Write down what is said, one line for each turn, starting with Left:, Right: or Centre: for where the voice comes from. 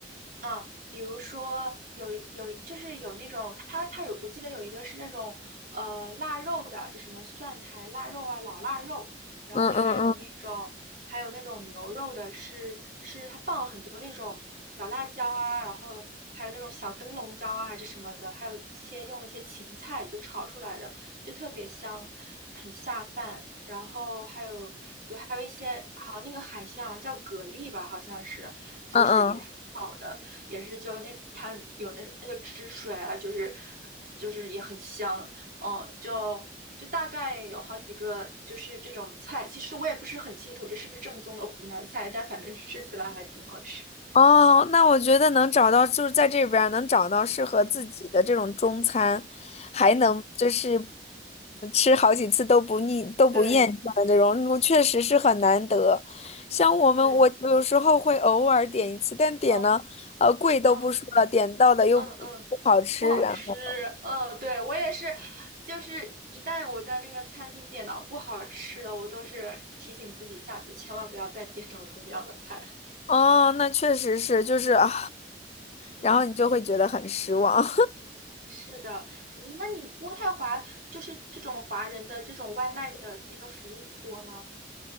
Right: 啊，比如说有有就是有那种，它它有，我记得有一个是那种呃腊肉的，就什么蒜苔腊肉啊、老腊肉，然后还有那种还有那种牛肉的是，
Left: 嗯嗯嗯
Right: 是它放了很多那种小辣椒啊，然后还有那种小灯笼椒啊还是什么的，还有一些用了一些芹菜就炒出来的，就特别香，很下饭。然后还有对，还有一些好像那个海鲜好像叫蛤蜊吧，好像是就是也是炒的。
Left: 嗯嗯。
Right: 也是就那它有那那个汁水啊，就是就是也很香，嗯，就就大概有好几个就是这种菜，其实我也不是很清楚这是不是正宗的湖南菜，但反正吃起来还挺好吃。
Left: 哦，那我觉得能找到，就是在这边儿能找到适合自己的这种中餐，
Right: 嗯
Left: 还能就是
Right: 嗯，
Left: 吃好几次都不腻、都不厌倦的这种，
Right: 对
Left: 我确实是很难得。像我们，
Right: 对，
Left: 我有时候会偶尔点一次，但点呢，
Right: 嗯
Left: 呃，贵都不说了，
Right: 嗯
Left: 点到的又不不好吃，
Right: 嗯嗯，不好吃，
Left: 然后
Right: 嗯，对我也是。就是一旦我在这个餐厅点到不好吃的，我都是提醒自己下次千万不要再点到同样的菜。
Left: 哦，那确实是，就是啊，
Right: 嗯。
Left: 然后你就会觉得很失望。
Right: 是的，嗯，那你渥太华就是这种华人的这种外卖的那个服务不多吗？